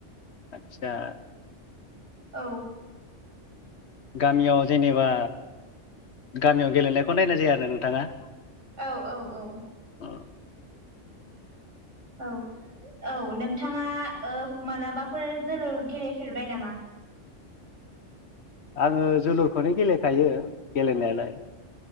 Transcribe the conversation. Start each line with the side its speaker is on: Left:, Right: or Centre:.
Left: आतसा
Right: औ
Left: गामियाव जेनेबा गामियाव गेलेनायखौ नायनाय जाया आरो नोंथाङा।
Right: औ औ औ
Left: उम
Right: औ औ नोंथाङा ओ मालाबाफोर जोलुर गेलेफेरबाय नामा?
Left: आङो जोलुरखौनो गेलेखायो गेलेनायालाय।